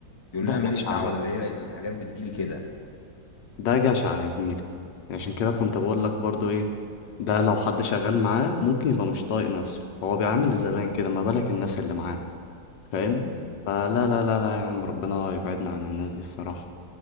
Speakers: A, on the left; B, on the left.
A: يقول
B: ده
A: لنا ماليش
B: اشعة
A: دعوة
B: بقى
A: ده هي الحاجات بتجيلي كده
B: ده جشع يا زميلي عشان كده كنت بقول لك برضو ايه ده لو حد شغال معاه ممكن يبقى مش طايق نفسه هو بيعامل الزبائن
A: امم
B: كده ما بالك الناس اللي معاه فاهم
A: امم
B: فلا لا لا لا يا عم ربنا يبعدنا عن الناس دي الصراحة